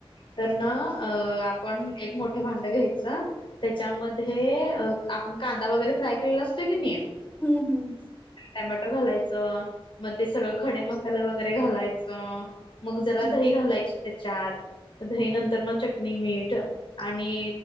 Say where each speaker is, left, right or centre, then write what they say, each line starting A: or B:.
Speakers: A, on the left; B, on the left.
A: तर ना आपण एक मोठ- भांडं घ्यायचं. त्याच्यामध्ये आपण कांदा वगैरे फ्राय केलेला असतोय की नाही?
B: हम् हम्म.
A: टॅमेटो घालायचं. म ते सगळं खडे मसाले वगैरे घालायचं. मग जरा
B: हम्म,
A: दही घालायचे त्याच्यात. म दही नंतर म चटणी, मीठ. आणि